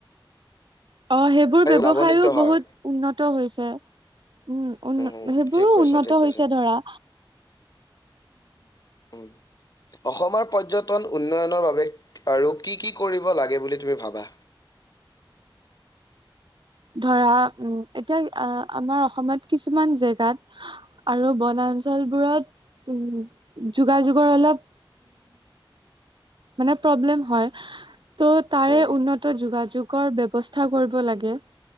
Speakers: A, on the right (about 65°); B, on the left (about 45°).
A: অ, সেইবোৰ ব্যৱসায়ো
B: লাভান্বিত
A: বহুত
B: হয়।
A: উন্নত হৈছে। উম, উন,
B: উম,
A: সেইবোৰো
B: ঠিক কৈছা,
A: উন্নত
B: ঠিক কৈছা।
A: হৈছে ধৰা
B: উম। অসমৰ পৰ্যটন উন্নয়নৰ বাবে আৰু কি কি কৰিব লাগে বুলি তুমি ভাবা?
A: ধৰা, উম, এতিয়া আমাৰ অসমত কিছুমান জেগাত আৰু বনাঞ্চলবোৰত উম, যোগাযোগৰ অলপ মানে প্ৰব্লেম হয়। ত', তাৰে
B: উম,
A: উন্নত যোগাযোগৰ ব্যৱস্থা কৰিব লাগে।